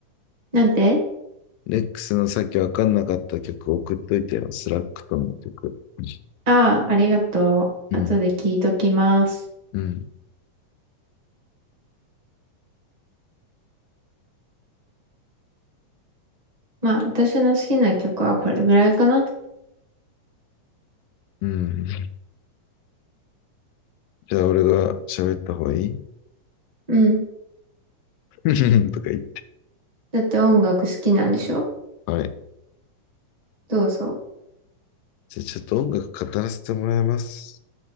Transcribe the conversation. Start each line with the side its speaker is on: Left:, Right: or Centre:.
Right: なんて
Left: レックスのさっきわかんなかった曲送っといてよ。スラックとの曲。う
Right: ああ、ありがとう。
Left: ん。
Right: 後で聞いときます。
Left: うん。
Right: まあ、私の好きな曲はこれぐらいかな。
Left: うん。じゃあ、俺が喋った方がいい
Right: うん。
Left: <laughs> とか言って。
Right: だって音楽好きなんでしょ
Left: はい。
Right: どうぞ。
Left: じゃあ、ちょっと音楽語らせてもらいます。